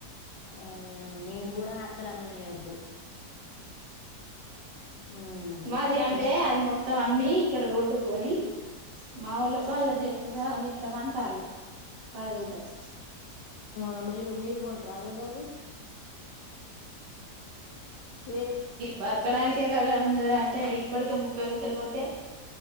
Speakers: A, on the left (about 80°); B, on the right (about 85°).
A: ఆ మీరు కూడా అసలు అమ్మనీయద్దు మ్మ్
B: మాది అంటే
A: ఇష్
B: అది మొత్తం అమ్మి ఇక్కడ రోడ్డు కొని మా ఊళ్ళకి అళ్ళ చేస్తేా నిత్తాంమంటళ్ళు పదిగుంటలు
A: నెబర్లు ఇక్కడ మీరు కొన్ని రాదు అది వేరే
B: బతకడానికే కా ఉన్నదరా అంటే ఇప్పటికే ముప్పై గుంటలు కొంటే